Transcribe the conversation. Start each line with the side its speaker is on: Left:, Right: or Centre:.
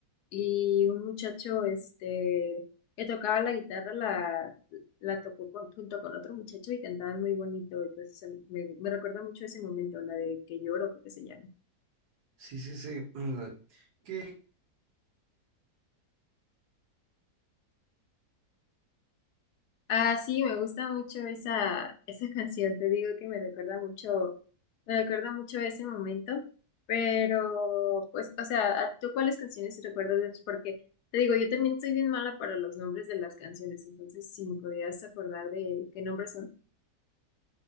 Left: y un muchacho este, que tocaba la guitarra la, la tocó con- junto con otro muchacho y cantaban muy bonito. Entonces se- me, me recuerda mucho ese momento, la de que lloro, creo que se llama.
Right: Sí, sí, sí. <clears throat> la- ¿Qué
Left: Ah, sí, me gusta mucho esa, esa <laughs> canción, te digo que me recuerda mucho, me recuerda mucho a ese momento, pero pues, o sea, ¿a ¿tú cuáles canciones te recuerdas de ellos? Porque te digo, yo también soy bien mala para los nombres de las canciones, entonces si me podrías acordar de qué nombres son.